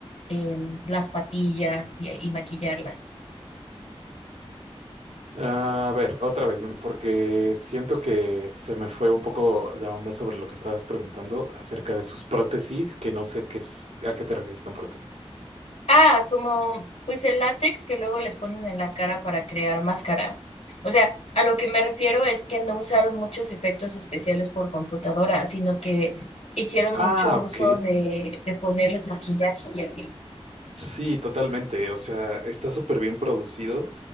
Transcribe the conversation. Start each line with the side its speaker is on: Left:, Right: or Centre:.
Left: em, las patillas y, y maquillarlas.
Right: A ver, otra vez, porque siento que se me fue un poco la onda sobre lo que estabas preguntando acerca de sus prótesis, que no sé qué es, a qué te refieres con prótesis.
Left: Ah, como pues el látex que luego les ponen en la cara para crear máscaras. O sea, a lo que me refiero es que no usaron muchos efectos especiales por computadora, sino que hicieron
Right: Ah,
Left: mucho uso
Right: ok.
Left: de, de ponerles maquillaje y así.
Right: Sí, totalmente. O sea, está súper bien producido,